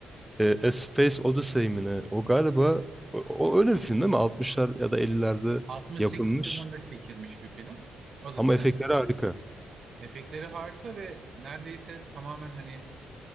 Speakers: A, in the centre; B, on the right.
A: E, A Space Odyssey mi ne? O galiba o, o öyle bir film değil mi? Altmışlar ya da 50'lerde
B: 68
A: yapılmış.
B: yılında çekilmiş bir film. O da
A: Ama
B: stand.
A: efektleri harika.
B: Efektleri harika ve neredeyse tamamen hani